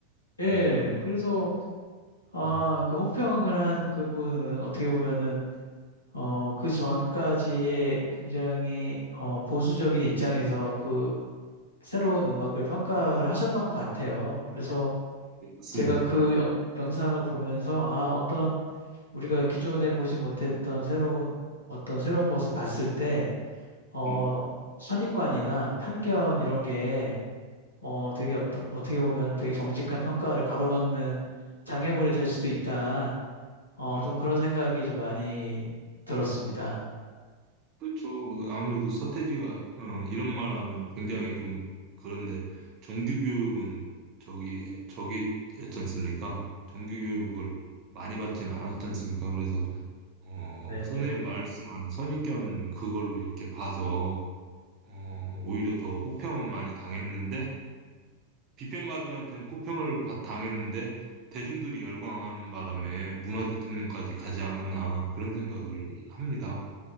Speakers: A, on the left (about 80°); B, on the right (about 35°).
A: 예,
B: 예.
A: 그래서 아,
B: 음,
A: 그 혹평을 한 그분은 어떻게 보면은 어, 그 전까지의 굉장히 어, 보수적인 입장에서 그 새로운 음악을 평가를 하셨던 것 같아요. 그래서
B: 습니다
A: 제가 그 영, 영상을 보면서 아, 어떤 우리가 기존에 보지 못했던 새로운 어떤 새로운 것을 봤을 때 어,
B: 예.
A: 선입관이나 편견 이런 게 어, 되게 어떤 어떻게 보면 되게 정직한 평가를 가로막는 장애물이 될 수도
B: 음.
A: 있다. 어,
B: 음,
A: 좀 그런 생각이 좀 많이 들었습니다.
B: 그렇죠. 그 아무래도 서태지가 어, 이런 말 하면 굉장히 좀 그런데 정규 교육은 저기 저기 했지 않습니까? 정규 교육을 많이 받지는 않았지 않습니까? 그래서 어,
A: 네네.
B: 선생님 말씀한 선입견 그걸로 이렇게 봐서 어, 오히려 더 혹평을 많이 당했는데 비평가들한테는 혹평을 받- 당했는데 대중들이 열광하는 바람에 문화 대통령까지 가지 않았나 그런 생각을 합니다.